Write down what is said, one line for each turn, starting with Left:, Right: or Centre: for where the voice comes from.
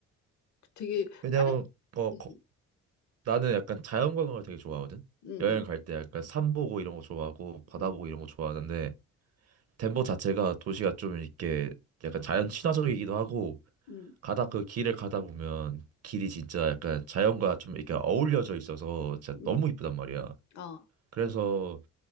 Left: 되게
Right: 왜냐면,
Left: 다른
Right: 어,
Left: 음,
Right: 거- 나는 약간 자연관광을 되게 좋아하거든?
Left: 음,
Right: 여행
Left: 음,
Right: 갈 때 약간 산 보고 이런 거 좋아하고, 바다
Left: 음.
Right: 보고 이런 거 좋아하는데, 덴버 자체가 도시가 좀 이렇게 약간 자연 친화적이기도 하고,
Left: 음.
Right: 가다 그 길을 가다 보면 길이 진짜 약간 자연과 좀 이렇게 어울려져 있어서 진짜
Left: 음,
Right: 너무 이쁘단 말이야.
Left: 아,
Right: 그래서